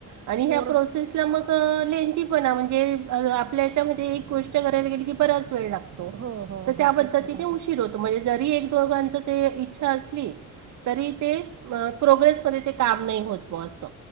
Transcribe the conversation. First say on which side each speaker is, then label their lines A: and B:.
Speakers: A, on the right; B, on the right.
A: आणि
B: पोर
A: ह्या प्रोसेस मग लेंथीपणा म्हणजे आपल्याच्यामध्ये एक गोष्ट करायला गेली की बराच वेळ लागतो तर
B: हो हो हो
A: त्या पद्धतीने
B: ते तर आहेच
A: उशीर होतो म्हणजे जरी एक दोघांच ते इच्छा असली तरी ते प्रोग्रेसमध्ये ते काम नाही होत बो असं